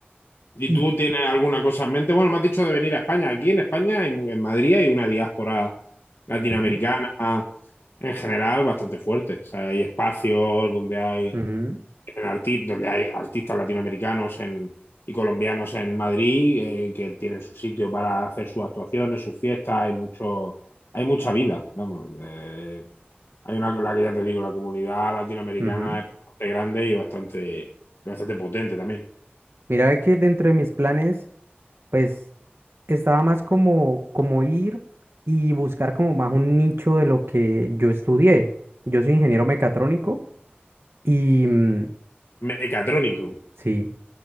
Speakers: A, on the left; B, on the right.
A: ¿Y
B: Y
A: tú tienes alguna cosa en mente? Bueno, me has dicho de venir a España. Aquí en España, hay mu- en Madrid, hay una diáspora latinoamericana
B: ujú,
A: en general bastante fuerte. O sea, hay espacios donde hay,
B: ujú,
A: en arti- donde hay artistas latinoamericanos en- y colombianos en Madrid eh, que tienen su sitio para hacer sus actuaciones, sus fiestas. Hay mucho, hay mucha vida, vamos. Eh, hay una, la que ya te digo, la comunidad latinoamericana
B: ujú.
A: es bastante grande y bastante, bastante potente también.
B: Mira ve que dentro de mis planes, pues estaba más como, como ir y buscar como más un nicho de lo que yo estudié. Yo soy ingeniero mecatrónico y mm,
A: Mecatrónico.
B: sí,